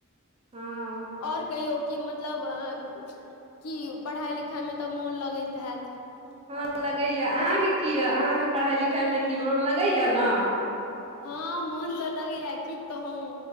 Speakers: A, on the right; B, on the left.
A: हँ
B: और कहियौ कि मतलब अ कि पढ़ाई -लिखाइमे तऽ मौन लगैत हैत।
A: हां लगए यै अहाँके की य अहाँके पढ़ाइ लिखाइमे की मोन लगए यै न।
B: हां मोन तऽ लगे यै की कहू